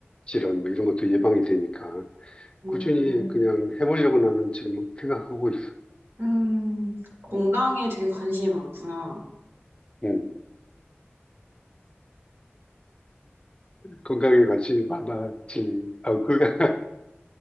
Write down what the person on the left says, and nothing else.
질환 뭐 이런 것도 예방이 되니까
꾸준히 그냥 해보려고 나는 지금 생각하고 있어.
음, 건강에 관심이 많아진, 아, 그, <laughs>